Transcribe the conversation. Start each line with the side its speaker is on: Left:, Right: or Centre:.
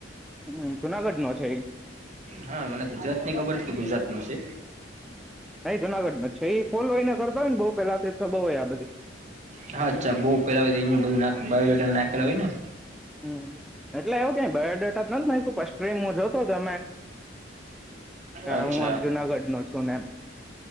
Centre: હમ જુનાગઢ નો છે ઈ.
Right: હા મને ગુજરાતની ખબર હતી કે ગુજરાત નો છે.
Centre: નઈ જુનાગઢ નો જ છે ઈ ફોલોઈને કરતો હોય ને બો પેલા એ ખબર હોય આ બધી.
Right: હા અચ્છા બહુ પેલા હોય અહીંયા બધું ના બાયોડેટા નાખેલા હોય ને.
Centre: હમ્મ એટલે એવું કય બાયડેટા નથ નાંયખો <unintelligible>
Right: અચ્છા,
Centre: હું આમ જુનાગઢ નો છું ને એમ